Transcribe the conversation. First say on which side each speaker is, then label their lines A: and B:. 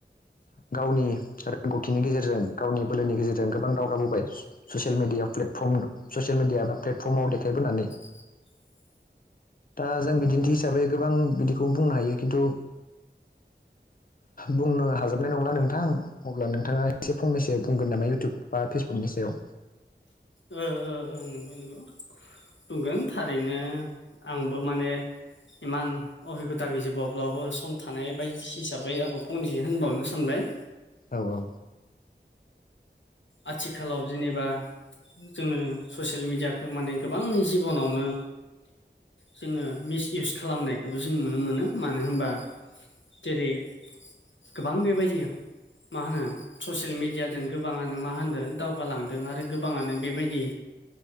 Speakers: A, on the left; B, on the left.
A: गावनि रोंगौथिनि गेजेरजों गावनि बोलोनि गेजेरजों गोबां दावगाबोबाय स ससियेल मिडिया फ्लेटफर्मआव ससियेल मिडियायानो प्लेटफर्माव देखायबोनानै
B: <inaudible>
A: दा जों बिदिन्थि हिसाबै गोबां बिदिखौ बुंनो हायो खिन्थु बुंनो हाजोबनाय नंला नोंथां अब्ला नोंथाङा एसे फंनैसो बुंगोन नामा इउटुब बा फेसबुकनि सायाव
B: नंगौ नंगौ बुंगोन थारैनो आंबो माने इमान अबिगथा गैजोबावब्लाबो सम थानाय बायदि हिसाबै आंबो फंनैसो होनबावनो सानबाय
A: औ औ
B: आथिखालाव जेनेबा जोङो ससियेल मिडियाखौ माने गोबांनि जिबनावनो जोङो मिस इउस खालामनायखौबो जों नुनो मोनो मानो होनबा जेरै गोबां बेबायदि मा होनो ससियेल मिडियाजों गोबाङा नो मा होनदों दावगालांदों आरो गोबाङानो बेबायदि